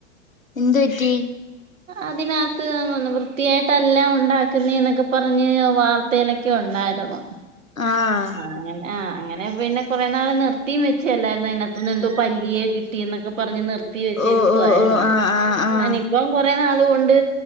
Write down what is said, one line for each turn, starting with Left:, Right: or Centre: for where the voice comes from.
Left: എന്തുപറ്റി
Right: അതിനാ. ത്ത് വൃത്തിയായിട്ടല്ല ഉണ്ടാക്ക്‌ന്നെന്നൊക്കെ പറഞ്ഞ്- വാർത്തെലൊക്കെ ഉണ്ടായിരുന്നു.
Left: ആഹ്
Right: അങ്ങെനാ. അങ്ങനെ പിന്നെ കോറെ നാൾ- നിർത്തിയും വെച്ചല്ലായിരുന്നോ. അതിന കുത്ത്ന്ന് എന്തോ പല്ലിയെ- കിട്ടീന്നോക്കെ പറഞ്ഞ് നിർ- ത്തി വെച്ചിരിക്കു
Left: ഓ ഓ
Right: ആയിരുന്ന്.
Left: ഓ ആഹ് ആഹ് ആഹ്
Right: ഞാനിപ്പം കോറെ- നാളുകൊണ്ട്